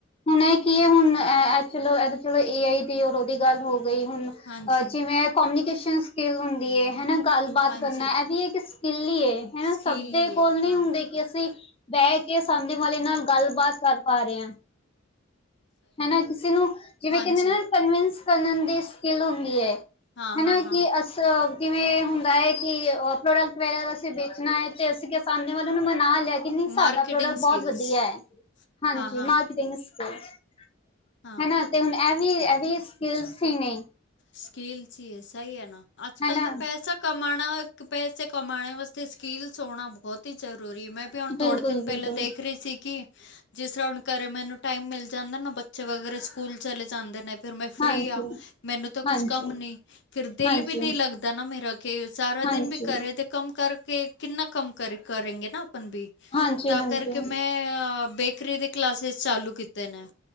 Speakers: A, on the left; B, on the left.
A: ਹੁਣ ਇਹ ਕੀ ਏ, ਹਮ ਹਮ ਹੁਣ ਚਲੋ ਇਹ ਚਲੋ ਏ ਆਈ ਔਰ ਉਦੀ ਗੱਲ ਹੋ ਗਈ, ਹੁਣ
B: ਹਾਂਜੀ
A: ਆ ਜਿਵੇਂ ਕਮਿਊਨੀਕੇਸ਼ਨ ਸਕਿੱਲ ਹੁੰਦੀ ਏ। ਹਨਾ, ਗੱਲਬਾਤ
B: ਹਾਂਜੀ
A: ਕਰਨਾ ਇਹ ਵੀ ਇੱਕ ਸਕਿੱਲ ਈ ਏ ਹਨਾ,
B: ਸਕਿੱਲ
A: ਸਭ ਦੇ
B: ਹੀ
A: ਕੋਲ
B: ਹੈ
A: ਨੀ
B: ਹਾਂ
A: ਹੁੰਦੇ ਕਿ ਅਸੀਂ ਬਹਿ ਕੇ ਸੰਧਮੀ ਮਾਲੀ ਨਾਲ ਗੱਲ-ਬਾਤ ਕਰ ਪਾ ਰਹੇ ਆ। ਹੈ ਨਾ ਕਿਸੇ ਨੂੰ ਜਿਵੇਂ
B: ਹਾਂਜੀ
A: ਕਹਿੰਦੇ ਨਾ ਕਨਵਿੰਸ ਕਰਨ ਦੀ ਸਕਿਲ ਹੁੰਦੀ ਏ,
B: ਹਾਂ
A: ਹਨਾ
B: ਹਾਂ ਹਾਂ
A: ਕਿ ਅਸੀਂ ਕਿਵੇਂ ਹੁੰਦਾ ਏ ਕਿ ਅ ਪ੍ਰੋਡਕਟ ਵਗੈਰਾ ਅਸੀਂ ਵੇਚਣਾ ਏ, ਤੇ ਅਸੀਂ ਸਾਹਮਣੇ ਵਾਲੇ ਨੂੰ ਮਨਾ ਲੈ ਕੇ ਨਹੀਂ
B: ਮਾਰਕੀਟਿੰਗ
A: ਸਾਡਾ ਪ੍ਰੋਡਕਟ
B: ਸਕਿੱਲਸ
A: ਬਹੁਤ ਵਧੀਆ ਆ, ਹਾਂਜੀ
B: ਹਾਂ ਹਾਂ
A: ਮਾਰਕਟਿੰਗ ਸਕਿਲ 'ਚ।
B: ਹਾਂ
A: ਹਨਾ, ਤੇ ਹੁਣ ਐ ਵੀ ਐ ਵੀ ਸਕਿਲਸੀ ਹੀ ਨੇ।
B: ਸਕਿਲਸੀ ਏ ਸਹੀ ਨਾ, ਅੱਜ-ਕੱਲ
A: ਹਨਾ
B: ਤਾਂ ਪੈਸਾ ਕਮਾਣਾ ਹੋਏ ਇੱਕ ਪੈਸੇ ਕਮਾਣੇ ਬਸ। ਇਥੇ ਸਕਿਲਸ ਹੋਣਾ ਬਹੁਤ ਈ ਜ਼ਰੂਰੀ ਏ, ਮੈਂ ਵੀ ਹੁਣ
A: ਬਿਲਕੁਲ
B: ਥੋੜੇ ਦਿਨ
A: ਬਿਲਕੁਲ
B: ਪਹਿਲਾਂ ਦੇਖ ਰਹੀ ਸੀਗੀ। ਜਿਸ ਹਿਸਾਬ ਨਾਲ ਘਰੇ ਮੈਨੂੰ ਟਾਈਮ ਮਿਲ ਜਾਂਦਾ, ਨਾ ਬੱਚੇ ਵਗੈਰਾ ਸਕੂਲ ਚਲੇ ਜਾਂਦੇ ਨੇ। ਫਿਰ ਮੈਂ ਫਰੀ
A: ਹਾਂਜੀ
B: ਆ। ਮੈਨੂੰ ਤਾਂ ਕੁਛ
A: ਹਾਂਜੀ
B: ਕੰਮ ਨੀ, ਫਿਰ ਦਿਲ
A: ਹਾਂਜੀ
B: ਵੀ ਨੀ ਲੱਗਦਾ ਨਾ ਮੇਰਾ, ਕਿ ਸਾਰਾ
A: ਹਾਂਜੀ
B: ਦਿਨ ਵੀ ਕਰੇ ਤੇ ਕੰਮ ਕਰਕੇ ਕਿੰਨਾ ਕੰਮ ਕਰੇਗੇ ਆਪਨ ਵੀ।
A: ਹਾਂਜੀ
B: ਤਾਂ
A: ਹਾਂਜੀ
B: ਕਰਕੇ ਮੈਂ ਅ ਬੇਕਰੀ ਦੇ ਕਲਾਸਿਸ ਚਾਲੂ ਕੀਤੇ ਨੇ।